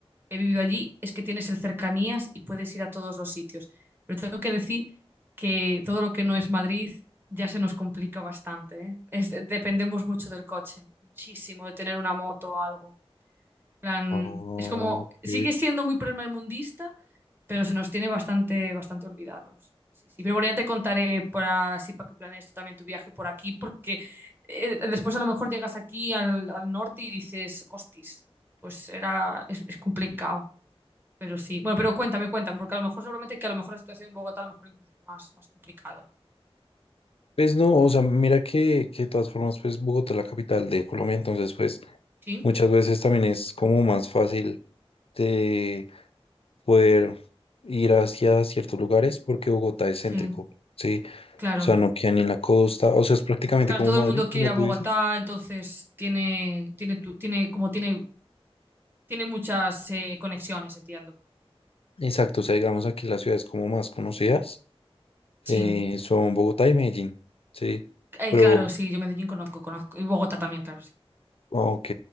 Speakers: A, on the right; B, on the left.
A: he vivido allí es que tienes el cercanías y puedes ir a todos los sitios. Pero tengo que decir que todo lo que no es Madrid ya se nos complica bastante, ¿eh? Es- dependemos mucho del coche, muchísimo, de tener una moto o algo plan,
B: ah,
A: es como,
B: ok.
A: sigue siendo muy primermundista, pero se nos tiene bastante, bastante olvidados. Sí, sí. Pero bueno, ya te contaré para así para que planees tú también tu viaje por aquí, porque eh, después a lo mejor llegas aquí al, al norte y dices, hostis, pues era, es, es complicado. Pero sí. Bueno, pero cuéntame, cuéntame, porque a lo mejor seguramente que a lo mejor la situación en Bogotá a lo mejor incluso es más, más complicada.
B: Pues no, o sea, mira que, que de todas formas, pues Bogotá es la capital de Colombia, entonces pues
A: Sí,
B: muchas veces también es como más fácil de poder ir hacia ciertos lugares porque Bogotá es
A: sí,
B: céntrico, ¿sí? O
A: claro.
B: sea, no queda ni en la costa, o sea, es prácticamente
A: Claro,
B: como
A: todo
B: Madrid,
A: el mundo quiere
B: como
A: ir a
B: tú
A: Bogotá,
B: dices.
A: entonces tiene, tiene, tu- tiene, como tiene, tiene muchas eh, conexiones, entiendo.
B: Exacto, o sea, digamos aquí las ciudades como más conocidas eh,
A: Sí.
B: son Bogotá y Medellín, ¿sí?
A: Eh,
B: Pero
A: claro, sí, yo Medellín conozco, conozco. Y Bogotá también, claro, sí.
B: Ok,